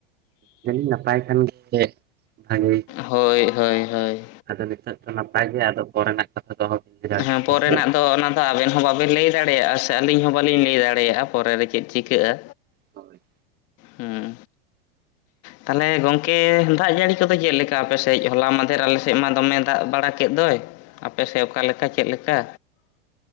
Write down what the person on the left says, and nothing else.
ᱦᱳᱭ, ᱦᱳᱭ, ᱦᱳᱭ᱾
ᱦᱮᱸ,
ᱯᱚᱨᱮᱱᱟᱜ
ᱫᱚ ᱚᱱᱟ ᱫᱚ ᱟᱵᱮᱱ ᱦᱚᱸ ᱵᱟᱵᱮᱱ ᱞᱟᱹᱭ ᱫᱟᱲᱮᱭᱟᱜᱼᱟ ᱥᱮ ᱟᱹᱞᱤᱧ ᱦᱚᱸ ᱵᱟᱹᱞᱤᱧ ᱞᱟᱹᱭ ᱫᱟᱲᱮᱭᱟᱜᱼᱟ᱾ ᱯᱚᱨᱮ ᱫᱚ ᱪᱮᱫ ᱪᱤᱠᱟᱹᱜᱼᱟ᱾
ᱦᱩᱸ᱾ ᱛᱟᱦᱚᱞᱮ ᱜᱚᱝᱠᱮ ᱫᱟᱜ ᱡᱟᱹᱲᱤ ᱠᱚᱫᱚ ᱪᱮᱜ ᱞᱮᱠᱟ ᱟᱯᱮ ᱥᱮᱡ ᱦᱚᱞᱟ ᱢᱟᱸᱫᱷᱮᱨ ᱟᱞᱮ ᱥᱮᱜ ᱢᱟ ᱫᱚᱢᱮ ᱫᱟᱜ ᱵᱟᱲᱟ ᱠᱮᱫ ᱫᱚᱭ᱾ ᱟᱯ ᱥᱮᱫ ᱚᱠᱟᱞᱮᱠᱟ ᱪᱮᱫᱮᱠᱟ᱾